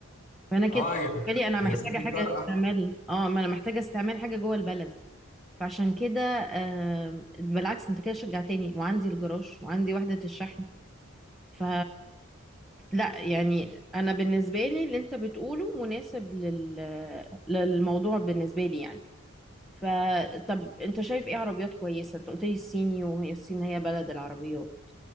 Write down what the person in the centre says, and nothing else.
فانا كده
بالنسبة لي انا محتاجة
حاجة
استعمال اه ما انا محتاجة استعمال حاجة جوه البلد فعشان كده آه، بالعكس انت كده شجعتني وعندي الجراج وعندي وحدة الشحن ف لا يعني انا بالنسبة لي اللي انت بتقوله مناسب لل... للموضوع بالنسبة لي يعني فطب انت شايف ايه عربيات كويسة انت قلت لي الصيني وهي الصين هي بلد العربيات